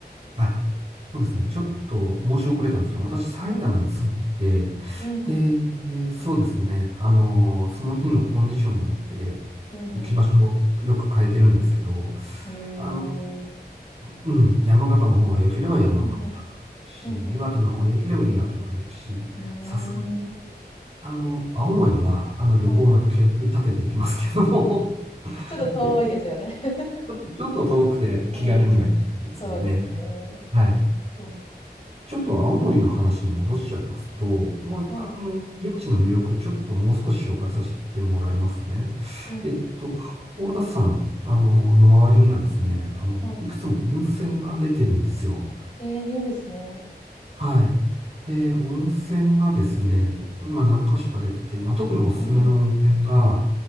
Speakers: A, on the right; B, on the left.
A: あ、そうですね。ちょっと申し遅れたんですけど、私、埼玉に住んでて、
B: うん。うんうん。
A: で、でそうですね。あの、その日のコンディションによって
B: うんう
A: 行き場所をよく変えてるんですけど、
B: ん。へえ。
A: あのうん、山形の方が良ければ山形まで行くし、
B: うんうん。うんうん
A: 岩手の方が良ければ岩手まで行くし、
B: うん。
A: さすがに、
B: うーん。
A: あの、青森は、あの、旅行の計画立てていきますけども
B: はい。
A: <laughs>
B: ちょっと遠いですよね。
A: でち
B: <laughs>
A: ょっと <laughs> ちょっと遠くて気軽には行けないんですけどね。
B: うん。そうですね。
A: はい。
B: そうか。
A: ちょっと青森の話に戻しちゃいますと、まあ、
B: はい。
A: あの、現地の魅力、ちょっともう少し紹介させてもらいますね。
B: うんうん。
A: えっと、八甲田山、あの、の周りにはですね、あの、
B: は
A: いくつも温泉が出てるんですよ。
B: い。えー、いいですね。
A: はい。で、温泉がですね、まあ何箇所か出てて、まあ特におすすめの温泉が、
B: うんうん。